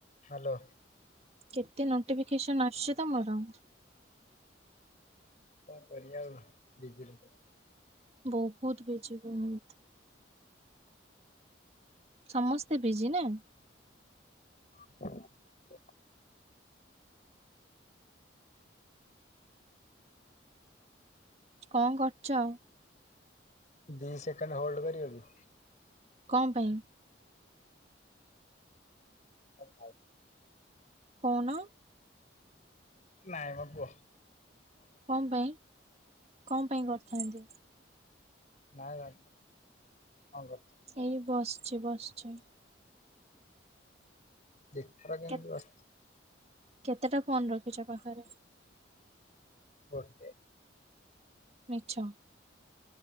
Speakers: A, on the left; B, on the right.
A: Hello.
B: କେତେ notification ଆଶୁଛି ତମର?
A: କଣ କରିବା ଆଉ ବିଜି ରେ
B: ବହୁତ ବିଯି ବହୁତ। ସମସ୍ତେ ବିଜି ନା?
A: <unintelligible>
B: କଣ କରୁଛ?
A: ଦି ସେକେଣ୍ଡ ହୋଲ୍ଡ କରିିବକି?
B: କଣ ପାଇଁ?
A: ନାଇଁ ଥାଉ।
B: କୋଉନ?
A: ନାଇଁ ମ କୁହ?
B: କଣ ପାଇଁ କଣ ପାଇଁ କରିଥାନ୍ତି?
A: ନାଇଁ <unintelligible>
B: ଏଇ ବସିଛି ବସଛି।
A: <unintelligible>
B: କେତ କେତେଟା ଫୋନ ରଖୁଛ ପାଖରେ?
A: ଗୋଟେ।
B: ମିଛ।